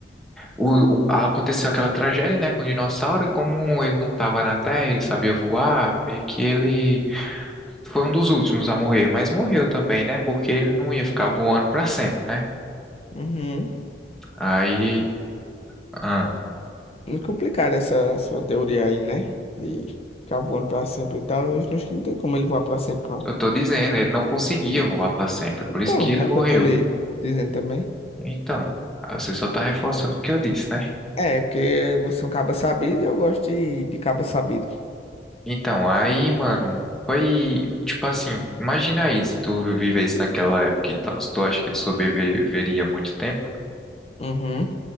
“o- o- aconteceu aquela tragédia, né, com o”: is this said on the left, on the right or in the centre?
Centre